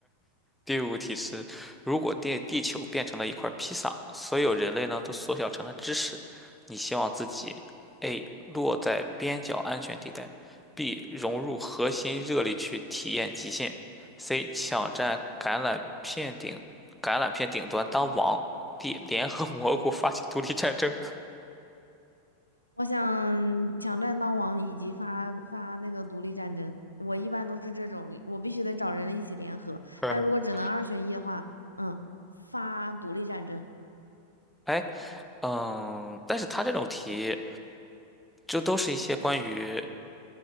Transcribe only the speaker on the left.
我想抢占当王以及发发那个独立战争，我一般都是这种，我必须得找人一起联合。
但如果只能二选一的话，嗯，发独立战争，